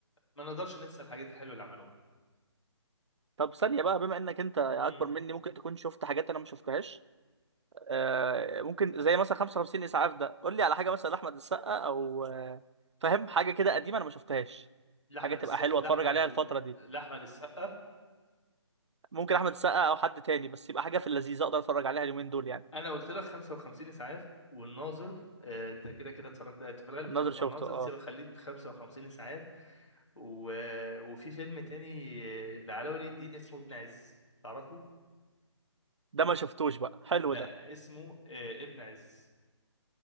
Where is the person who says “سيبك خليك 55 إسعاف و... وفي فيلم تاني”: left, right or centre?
Left